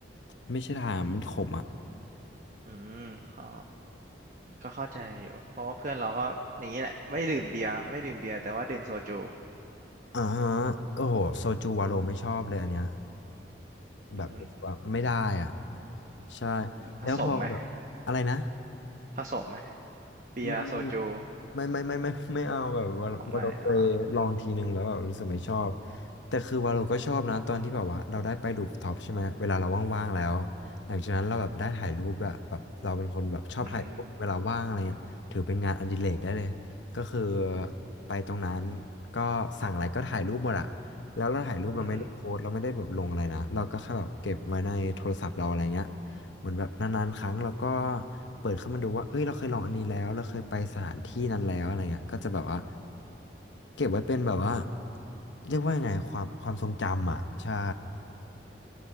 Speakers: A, on the left (about 80°); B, on the right (about 45°).
A: ไม่ใช่ทางมันขมอ่ะ
B: อืมขอก็เข้าใจอยู่เพราะว่าเพื่อนเราก็อย่างนี้แหละไม่ดื่มเบียร์ไม่ดื่มเบียร์แต่ว่าดื่มโซจู
A: อ่าฮะโอ้โหโซจูวาโรไม่ชอบเลยอันเนี้ย
B: อือหือ
A: แบบว่าไม่ได้อ่ะใช่
B: ผสมไหม
A: แล้วพอแบบอะไรนะ
B: ผสมไหมเบียร์โซจู
A: ไม่ไม่ไม่ไม่ไม่ไม่เอาแบบว่าว่าเราเคยลองทีนึงแล้วแบบรู้สึกไม่ชอบ
B: อ๋อไม่อ่า
A: แต่คือว่าเราก็ชอบนะตอนที่แบบว่าเราได้ไปรูฟท็อปใช่ไหมเวลาเราว่างๆแล้วหลังจากนั้นเราแบบได้ถ่ายรูปด้วยแบบเราเป็นคนแบบชอบถ่ายรูปเวลาว่างอะไรเงี้ยถือเป็นงานอดิเรกได้เลยก็คือ
B: อืม
A: ไปตรงนั้นก็สั่งอะไรก็ถ่ายรูปหมดอะแล้วเราถ่ายรูปเราไม่ได้โพสต์เราไม่ได้แบบลงอะไรนะเราก็แค่แบบเก็บไว้ในโทรศัพท์เราอะไรเงี้ย
B: อือหือ
A: เหมือนแบบนานๆครั้งเราก็เปิดเข้ามาดูว่าเอ้ยเราเคยลองอันนี้แล้วเราเคยไปสถานที่นั้นแล้วอะไรเงี้ยก็จะแบบว่าเก็บไว้เป็นแบบว่าเรียกว่ายังไงความความทรงจำอ่ะใช่